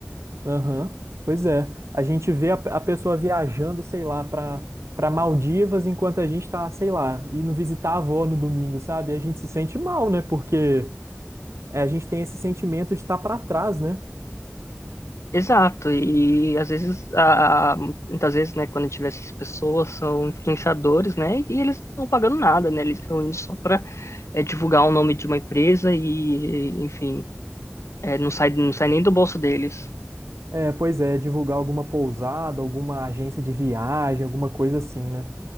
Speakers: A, on the right; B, on the left.
A: Aham, Pois é. A gente vê a, a pessoa viajando, sei lá, pra para Maldivas enquanto a gente tá, sei lá, indo visitar a avó no domingo, sabe? E a gente se sente mal, né? Porque é, a gente tem esse sentimento de estar tá para trás, né?
B: Exato, e às vezes, a, a- muitas vezes, né, quando a gente vê essas pessoas, são influenciadores, né, e eles não estão pagando nada, né, eles estão indo só para divulgar o nome de uma empresa e, enfim, é, não sai, não sai nem do bolso deles.
A: É, pois é, divulgar alguma pousada, alguma agência de viagem, alguma coisa assim, né?